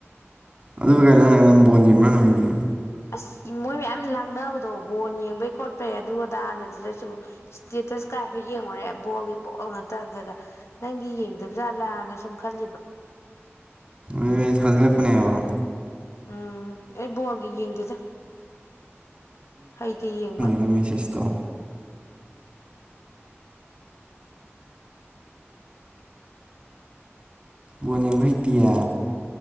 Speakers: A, on the right; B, on the left.
A: ꯑꯗꯨ ꯀꯟꯩꯅꯣ ꯅꯪꯅ ꯑꯩꯉꯣꯜꯗ ꯕꯣꯜ ꯌꯦꯕ꯭ꯔ ꯍꯪꯉꯤꯗꯤ
B: ꯑꯁ ꯃꯣꯏ ꯃꯌꯥꯝ ꯂꯥꯡꯅꯕꯗꯣ ꯕꯣꯟ ꯌꯦꯡꯕꯩ ꯈꯣꯠꯄꯩ ꯑꯗꯨ ꯑꯗꯥ ꯑꯗꯨꯗꯁꯨ ꯏꯁꯇꯦꯇꯁ ꯀꯥꯏꯐꯦꯠ ꯌꯦꯡꯉꯨꯔꯦ ꯕꯣꯜꯒꯤ ꯇꯥꯗꯔ ꯅꯪꯗꯤ ꯌꯦꯡꯗꯕꯖꯥꯜꯂꯅ ꯁꯨꯝ ꯈꯜꯂꯤꯕ
A: ꯑꯦ ꯊꯖꯤꯜꯂꯛꯄꯅꯦꯕ
B: ꯎꯝ ꯑꯩ ꯕꯣꯜꯒ ꯌꯦꯡꯗꯦꯗ ꯍꯩꯗꯤ ꯌꯦꯡꯕ꯫
A: ꯑꯩ ꯃꯦꯁꯦꯖ ꯇꯣ ꯕꯅꯤꯚꯇꯌꯥ